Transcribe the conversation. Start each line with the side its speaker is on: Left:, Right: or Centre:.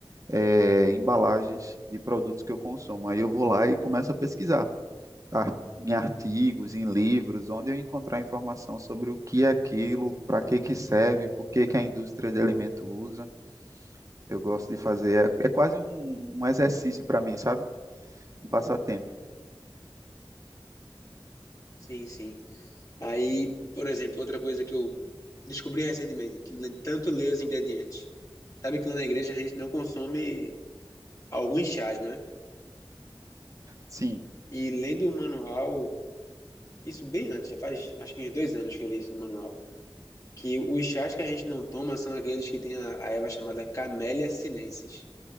Right: eh, embalagens de produtos que eu consumo. Aí eu vou lá e começo a pesquisar ar- em artigos, em livros, onde eu encontrar informação sobre o que é aquilo, para que que serve, por que que a indústria de alimento usa. Eu gosto de fazer, é, é quase um, um exercício para mim, sabe? Um passatempo.
Left: Sim, sim. Aí, por exemplo, outra coisa que eu descobri recentemente, de tanto ler os ingredientes. Sabe que lá na igreja a gente não consome alguns chás, né?
Right: Sim.
Left: E lendo o manual, isso bem antes, já faz acho que uns dois anos que eu li isso no manual, que os chás que a gente não toma são aqueles que tem a, a erva chamada Camellia sinensis.